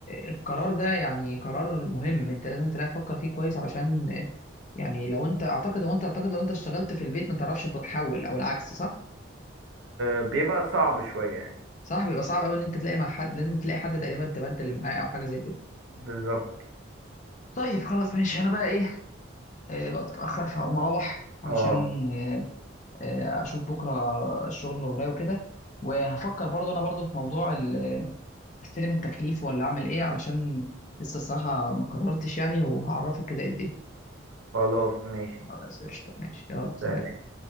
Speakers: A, on the left; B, on the right.
A: القرار ده يعني قرار مهم انت لازم تفكر فيه كويس علشان يعني لو انت اعتقد لو انت اعتقد لو انت اشتغلت في البيت ما تعرفش تحول او العكس صح
B: وبيبقى صعب شوية يعني
A: صح بيبقى صعب قوي ان انت تلاقي مع حد لازم تلاقي حد تقريبا تبدل معاه او حاجه زي كده
B: بالظبط
A: طيب خلاص ماشي انا بقى ايه آه، بقى تتاخر فهقوم اروح علشان
B: اه
A: آه، اشوف بكره الشغل اللي ورايا وكده وهفكر برضو انا برضو في موضوع ال- آه، استلم التكليف ولا اعمل ايه علشان لسه الصراحه ما قررتش يعني وهعرفك كده ايه الدنيا
B: خلاص ماشي
A: خلاص، قشطه ماشي يلا سلام
B: سلام